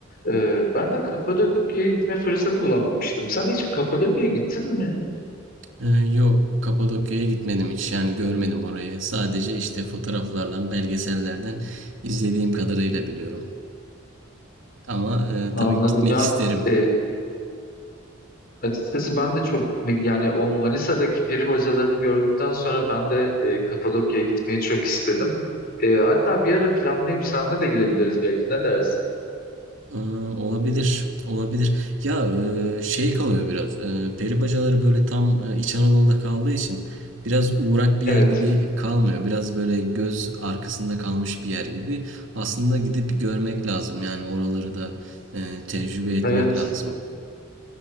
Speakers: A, on the left; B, on the right.
A: E, ben de Kapadokya'ya gitme fırsatı bulamamıştım. Sen hiç Kapadokya'ya gittin mi?
B: E, yok, Kapadokya'ya gitmedim hiç. Yani görmedim orayı. Sadece işte fotoğraflardan, belgesellerden izlediğim kadarıyla biliyorum. Ama e,
A: Anladım
B: tabii gitmek
A: ya.
B: isterim.
A: E, Açıkçası ben de çok yani o Manisa'daki peri bacalarını gördükten sonra ben de e, Kapadokya'ya gitmeyi çok istedim. E, hatta bir ara planlayıp senle de gidebiliriz belki. Ne dersin?
B: Ee, olabilir. Olabilir. Ya e, şey kalıyor biraz. E, peri bacaları böyle tam e, İç Anadolu'da kaldığı için biraz uğrak bir
A: Evet.
B: yer gibi kalmıyor. Biraz böyle göz arkasında kalmış bir yer gibi. Aslında gidip görmek lazım. Yani oraları da e, tecrübe etmek
A: Evet.
B: lazım.